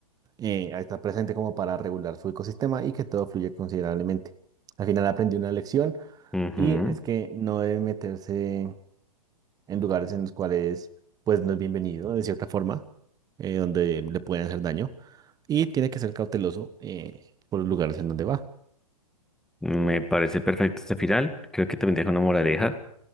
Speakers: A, on the right (about 20°); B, in the centre.
A: eh, está presente como para regular su ecosistema y que todo fluye considerablemente. Al final aprendí una lección
B: ujú,
A: y es que no debe meterse. en lugares en los cuales pues no es bienvenido de cierta forma, eh, donde le pueden hacer daño y tiene que ser cauteloso eh, por los lugares en donde va.
B: Me parece perfecto este final. Creo que también deja una moraleja